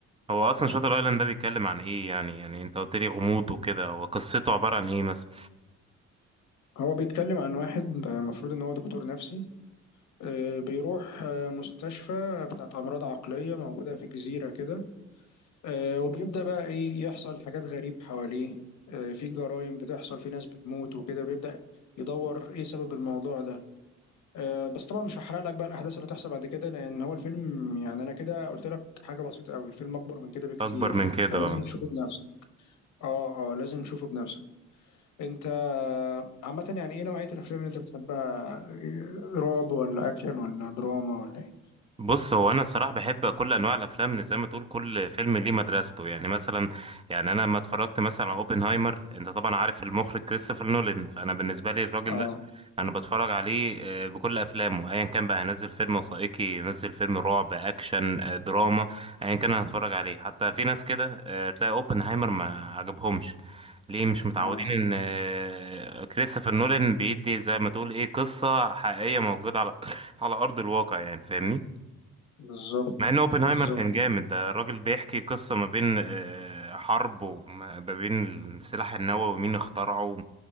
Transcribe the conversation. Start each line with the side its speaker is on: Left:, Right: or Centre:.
Right: هو اصلا شاتر ايلاند ده بيتكلم عن ايه يعني يعني انت قلت لي غموض وكده وقصته عباره عن ايه مثلا
Left: هو بيتكلم عن واحد المفروض ان هو دكتور نفسي آه، بيروح آه، مستشفى بتاعت امراض عقلية موجودة في جزيرة كده آه، وبيبدأ بقى إيه يحصل حاجات غريبة حواليه آه، في جرائم بتحصل في ناس بتموت وكده بيبدأ يدور إيه سبب الموضوع ده آه، بس طبعا مش هحرق لك بقى الأحداث اللي هتحصل بعد كده لأن هو الفيلم يعني أنا كده قلت لك حاجة بسيطة أوي الفيلم أكبر من كده بكتير
Right: اكبر من كده
Left: فلازم
Right: آه.
Left: تشوفه بنفسك آه آه لازم تشوفه بنفسك أنت آه، عامة يعني إيه نوعية الأفلام اللي أنت بتحبها إيه، رعب ولا أكشن ولا دراما ولا إيه؟
Right: بص هو انا الصراحه بحب كل انواع الافلام إن زي ما تقول كل فيلم ليه مدرسته يعني مثلا يعني انا لما اتفرجت مثلا على اوبنهايمر انت طبعا عارف المخرج كريستوفر نولان فانا بالنسبه لي الراجل
Left: آه
Right: ده انا بتفرج عليه آه، بكل افلامه ايا كان بقى هنزل فيلم وثائقي ينزل فيلم رعب اكشن آه، دراما ايا كان انا هتفرج عليه حتى في ناس كده آه، تلاقي اوبنهايمر ما عجبهمش ليه مش متعودين
Left: آه
Right: ان آه، كريستوفر نولان بيدي زي ما تقول ايه قصه حقيقيه موجوده على <laughs> على ارض الواقع يعني فاهمني
Left: بالظبط
Right: مع ان اوبنهايمر
Left: بالظبط
Right: كان جامد ده الراجل بيحكي قصة ما بين آه، حرب وما ما بين السلاح النووي ومين اخترعه